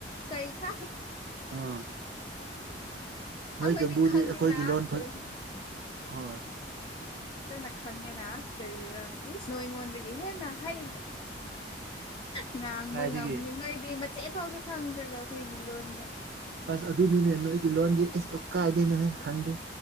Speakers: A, on the left (about 30°); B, on the right (about 60°).
A: ꯀꯩ <unintelligible>
B: ꯑꯥ
A: ꯑꯩꯈꯣꯏꯗꯤ
B: ꯅꯣꯏ ꯀꯥꯡꯕꯨꯗꯤ
A: ꯈꯪꯉꯦꯅ
B: ꯑꯩꯈꯣꯏꯒꯤ ꯂꯣꯟ ꯐꯥ
A: ꯐꯖꯅ
B: ꯍꯣꯏ
A: ꯐꯖꯅ ꯈꯪꯉꯦꯅ ꯀꯔꯤꯔꯥ ꯏꯁ ꯅꯣꯏꯉꯣꯟꯗꯒꯤ ꯍꯦꯟꯅ ꯍꯩ ꯉꯥꯡꯕ
B: ꯀꯥꯏꯗꯒꯤ
A: ꯉꯝꯅꯤ ꯅꯣꯏꯗꯤ ꯃꯆꯦꯠ ꯐꯥꯎꯁꯨ ꯈꯪꯗ꯭ꯔꯒ ꯑꯈꯣꯏꯒꯤ ꯂꯣꯟꯗ
B: ꯑꯁ ꯑꯗꯨꯅꯤꯅꯦ ꯅꯣꯏꯒꯤ ꯂꯣꯟꯗꯤ ꯏꯁ ꯑꯣ ꯀꯥꯏꯗꯦ ꯅꯣ ꯍꯦ ꯈꯪꯗꯦ